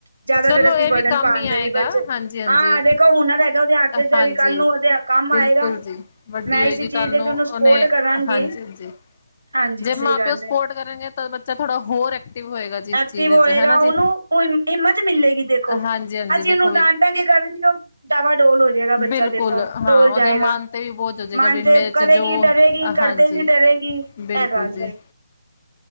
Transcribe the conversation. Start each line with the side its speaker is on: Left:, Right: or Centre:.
Right: ਜਿਆਦਾ
Left: ਚਲੋ
Right: ਫਿਰ ਅਸੀਂ
Left: ਇਹ
Right: ਬਰਡਨ
Left: ਵੀ ਕੰਮ
Right: ਪਾਂਦੇ
Left: ਹੀ ਆਏਗਾ
Right: ਨੀ ਬੱਚੇ,
Left: ਹਾਂਜੀ ਹਾਂਜੀ
Right: ਹਾਂ ਦੇਖੋ ਹੁਨਰ ਹੈਗਾ, ਉਹਦੇ ਹੱਥ 'ਚ
Left: ਹਾਂਜੀ
Right: ਵੀ ਕੱਲ੍ਹ ਨੂੰ ਉਹਦੇ ਹੱ ਕੰਮ
Left: ਬਿਲਕੁਲ
Right: ਆਇਗਾ,
Left: ਜੀ ਵੱਡੀ
Right: ਮੈਂ
Left: ਹੋਏਗੀ
Right: ਇਸ ਚੀਜ਼
Left: ਕੱਲ
Right: ਦੀ
Left: ਨੂੰ
Right: ਉਹਨੂੰ
Left: ਉਹਨੇ
Right: ਸਪੋਰਟ ਕਰਾਂਗੀ।
Left: ਹਾਂਜੀ ਹਾਂਜੀ
Right: ਹਾਂਜੀ
Left: ਜੇ
Right: ਸਹੀ
Left: ਮਾਂ-ਪਿਓ
Right: ਗੱਲ
Left: ਸਪੋਰਟ
Right: ਏ
Left: ਕਰਨਗੇ ਤਾਂ ਬੱਚਾ ਥੋੜਾ ਹੋਰ ਐਕਟੀਵ ਹੋਏਗਾ ਜੀ, ਇਸ
Right: ਐਕਟਿਵ
Left: ਚੀਜ਼ ਵਿੱਚ
Right: ਹੋਏਗਾ
Left: ਹੈਨਾ
Right: ਉਹਨੂੰ
Left: ਜੀ।
Right: ਉਹ ਹਿੰਮਤ ਮਿਲੇਗੀ ਦੇਖੋ,
Left: ਹਾਂਜੀ ਹਾਂਜੀ
Right: ਅਸੀਂ
Left: ਦੇਖੋ
Right: ਉਹਨੂੰ
Left: ਵੀ
Right: ਡਾਂਟਾਂਗੇ ਕਰ ਵੀ ਉਹ ਡਾਵਾਂ ਡੋਲ ਹੋ ਜਿਹੜਾ
Left: ਬਿਲਕੁਲ
Right: ਬੱਚਾ ਦੇਖੋ
Left: ਹਾਂ
Right: ਡੋਲ
Left: ਉਹਦੇ
Right: ਜਾਏਗਾ,
Left: ਮਨ ਤੇ ਵੀ ਬੋਝ ਹੋ ਜਾਏਗਾ
Right: ਮਨ
Left: ਵੀ ਮੇਰੇ
Right: ਤੇ
Left: ਚ
Right: ਕਰੇਗੀ,
Left: ਜੋ
Right: ਡਰੇਗੀ ਕਰਦੇ
Left: ਹਾਂਜੀ
Right: ਵੀ ਡ ਕਰੇਗੀ,
Left: ਬਿਲਕੁਲ
Right: ਐ ਗੱਲ
Left: ਜੀ
Right: ਏ।